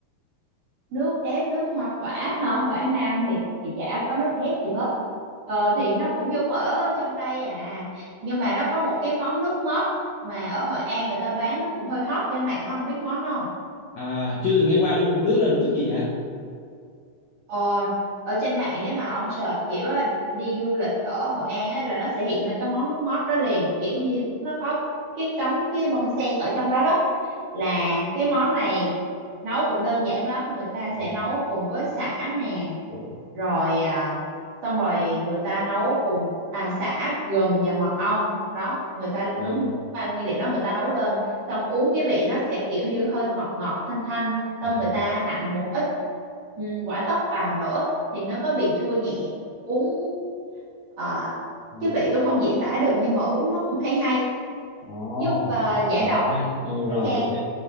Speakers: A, on the right; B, on the left.
A: nước ép nước hoa quả hả quả Nam thì, thì chả có nước ép gì hết ờ, thì nó cũng giống ở trong đây à nhưng mà nó có một cái món nước mót mà ở Hội An người ta bán nó cũng hơi hot trên mạng á, ông biết món đó không
B: à chưa từng nghe qua luôn nước là nước gì vậy
A: Ờ, ở trên mạng nếu mà ông search kiểu á, đi du lịch ở Hội An á, là nó sẽ hiện ra cái món nước mót đó liền kiểu như nó có cái cắm cái bông sen ở trong đó đó là cái món này nấu cũng đơn giản lắm người ta
B: à, à,
A: sẽ nấu cùng với sả nè
B: ủa,
A: rồi à, xong rồi người ta nấu cùng à sả gừng và mật ong đó người ta
B: nghe
A: đúng ba nguyên liệu đó người ta nấu lên xong uống cái vị nó sẽ kiểu như hơi ngọt ngọt thanh thanh xong
B: à,
A: người ta nặn một ít ừ, quả tắc vào nữa thì nó có vị chua nhẹ uống ờ,
B: không.
A: cái vị tôi không diễn tả được nhưng mà uống nó cũng hay hay
B: ồ
A: giúp ờ, giải
B: ngộ
A: độc
B: ta ừ rồi
A: mắc gan
B: ok